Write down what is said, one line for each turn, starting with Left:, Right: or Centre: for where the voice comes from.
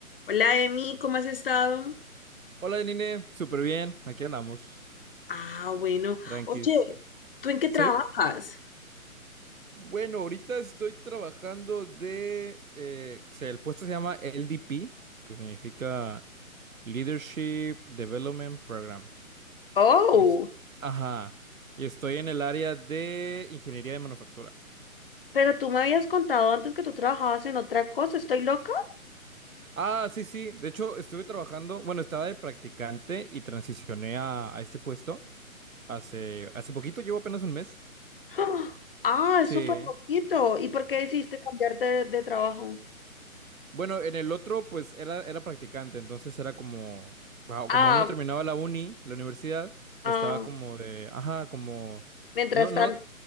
Left: Hola, Emi, ¿cómo has estado?
Right: Hola, Janine, súper bien, aquí andamos,
Left: Ah, bueno.
Right: tranquis.
Left: Oye, ¿tú en qué
Right: ¿Sí?
Left: trabajas?
Right: Bueno, ahorita estoy trabajando de... eh, se- El puesto se llama LDP, que significa Leadership Development Program.
Left: Oh,
Right: Y es, ajá, y estoy en el área de ingeniería de manufactura.
Left: pero tú me habías contado antes que tú trabajabas en otra cosa, ¿estoy loca?
Right: Ah, sí, sí, de hecho estuve trabajando, bueno, estaba de practicante y transicioné a, a este puesto hace, hace poquito, llevo apenas un mes.
Left: <gasps> Ah, Ah,
Right: Sí.
Left: es súper poquito. ¿Y por qué decidiste cambiarte de, de trabajo?
Right: Bueno, en el otro, pues era, era practicante, entonces era como, ah,
Left: Ah,
Right: como uno terminaba la uni, la universidad,
Left: ah,
Right: estaba como de, ajá, como,
Left: mientras
Right: no, no,
Left: tanto,